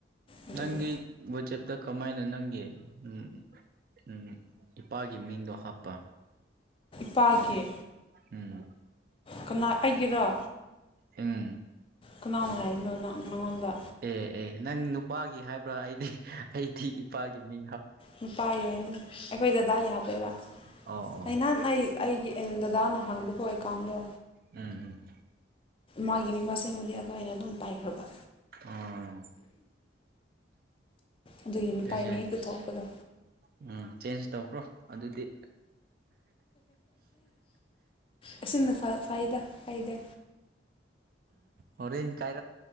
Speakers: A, on the left (about 30°); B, on the right (about 50°).
A: ꯑꯗꯨꯒꯤ
B: ꯅꯪꯒꯤ ꯋꯥꯆꯦꯞꯇ ꯀꯃꯥꯏꯅ ꯅꯪꯒꯤ ꯎ ꯎꯝ ꯏꯄꯥꯒꯤ ꯃꯤꯡꯗꯣ ꯍꯥꯞꯄ
A: ꯅꯨꯄꯥꯒꯤꯦ
B: ꯎꯝ
A: ꯀꯅꯥ ꯑꯩꯒꯤꯔꯣ
B: ꯎꯝ
A: ꯀꯅꯥꯃ ꯍꯥꯏꯅꯣꯪ ꯅꯉꯣꯟꯗ
B: ꯑꯦ ꯑꯦ ꯅꯪ ꯅꯨꯄꯥꯒꯤ ꯍꯥꯏꯕ꯭ꯔꯥ ꯑꯩꯗꯤ ꯑꯩꯗꯤ ꯏꯄꯥꯒꯤ ꯃꯤ
A: ꯅꯨꯄꯥꯒꯤ ꯑꯩꯈꯣꯏ ꯗꯗꯥ ꯌꯥ ꯍꯥꯄꯦꯕ
B: ꯑꯣ ꯑꯣ
A: ꯑꯩ ꯅꯍꯥꯟ ꯑꯩ ꯑꯩꯒꯤ ꯑꯦ ꯗꯗꯥꯅ ꯍꯥꯡꯕꯀꯣ ꯑꯦꯀꯥꯎꯟꯗꯣ
B: ꯎꯝ ꯎꯝ
A: ꯃꯥꯒꯤꯅꯦ ꯋꯥꯁꯤꯡꯕꯨꯗꯤ ꯑ ꯑ ꯑꯩꯅ ꯑꯗꯨꯝ ꯄꯥꯏꯈ꯭ꯔꯕ
B: ꯑꯣ
A: ꯑꯗꯨꯒꯤ ꯅꯨꯄꯥ
B: ꯑꯗꯨꯁꯦ
A: ꯃꯤ ꯍꯦꯛꯇ ꯊꯣꯛꯄꯗꯣ
B: ꯎꯝ ꯆꯦꯟꯖ ꯇꯧꯈ꯭ꯔꯣ ꯑꯗꯨꯗꯤ
A: ꯑꯁꯤ ꯅꯠꯇ ꯐꯗ ꯐꯥꯏꯗꯦ
B: ꯍꯣꯔꯦꯟ ꯀꯥꯏ